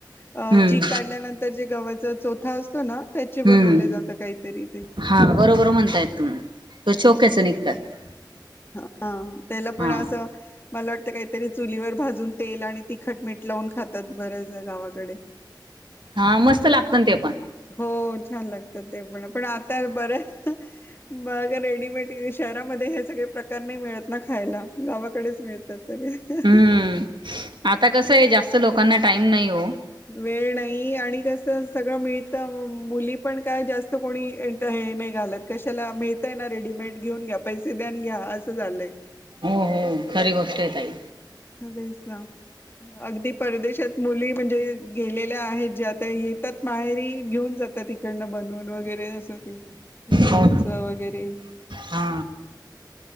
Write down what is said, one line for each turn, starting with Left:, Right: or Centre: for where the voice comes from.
Left: अ
Right: हम्म
Left: चीक काढल्यानंतर जे गव्हाचा चोथा असतो ना त्याचे
Right: हम्म
Left: बनवले जातं काहीतरी ते
Right: हा बरोबर म्हणतायेत तुम्ही त चोथ्याचं निघतात ते
Left: हा त्याला
Right: हा
Left: पण असं मला वाटतं काहीतरी चुलीवर भाजून तेल आणि तिखट मीठ लावून खातात बऱ्याच गावाकडे
Right: हा मस्त लागत ना ते पण
Left: हो छान लागतं ते पण पण आता बरं मग रेडीमेड शहरामध्ये हे सगळे प्रकार नाही मिळत ना खायला गावा कडेच मिळतात सगळे
Right: हम्म आता कसं आहे जास्त लोकांना टाईम नाही हो
Left: वेळ नाही आणि कस सगळं मिळतं मुली पण काय जास्त कोणी हे नाही घालत कशाला मी ना रेडीमेड घेऊन घ्या पैसे द्या अन घ्या असं झालंय
Right: हो हो खरी गोष्ट आहेे ताई
Left: तेचं ना अगदी परदेशात मुली म्हणजे गेलेल्या आहेत ज्या त्या येतात माहेरी घेऊन जातात इकडंनं बनवून वगैरे असं ते लोणचं
Right: हो
Left: वगैरे
Right: हा